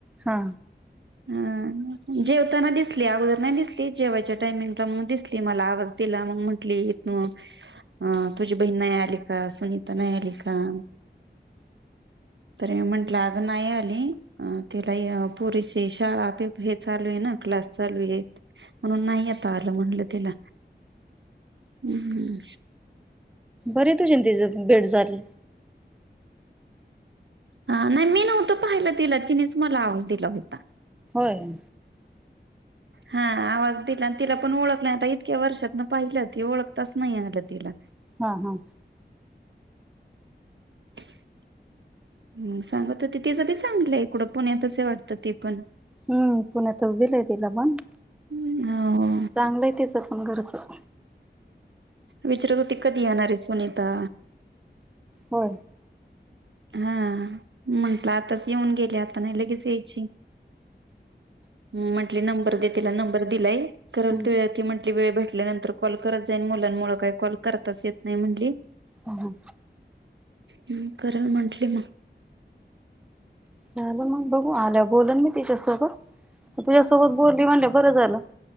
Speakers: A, in the centre; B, on the right.
A: हा
B: हम्. जेवताना दिसली अगोदर नाही दिसली जेवायच्या टाइमिंगला मग दिसली मला आवाज दिला मग म्हंटली अ तुझी बहीण नाही आली का सुनीता नाही आली का हा. तर मी म्हंटलं अगं नाही आली तिला पुरी शाळा आ पे हे चालू आहे ना क्लास चालू आहे म्हणून नाही. आता आलं म्हणलं तिला हम्म.
A: बरं तुझी आणि तिची भेट झाली.
B: हा नाही. मी नव्हतं पाहिलं तिला तिनेच मला आवाज दिला होता.
A: होय.
B: हा आवाज दि तिला पण ओळख नाही. आता इतक्या वर्षातनं पाहिलं ते ओळताच नाही आलं तिला
A: हा हा.
B: <unintelligible> सांगत होते. तिचं बी चांगलंय इकडं पुण्यातच आहे वाटतं ती पण
A: हम्म पुण्यातच दिलंय तिला पण
B: हो
A: चांगलंय तिचंपण घरचं.
B: विचारत होती कधी येणारे आहे सुनीता
A: हो.
B: हा म्हंटलं आत्ताच येऊन गेले आता नाही लगेच या म्हटले नंबर दे तिला नंबर दिलाय करल
A: हम्म
B: ती म्हटली वेळ भेटल्यानंतर कॉल करत जाईन मुलांमुळे काय कॉल करताच येत नाही म्हटली
A: हम.
B: हम् करल म्हंटली मग.
A: चालेल मग बघू आल्यावर बोलन मी तिच्यासोबत तुझ्या सोबत बोलली म्हणल्यावर बरं झालं.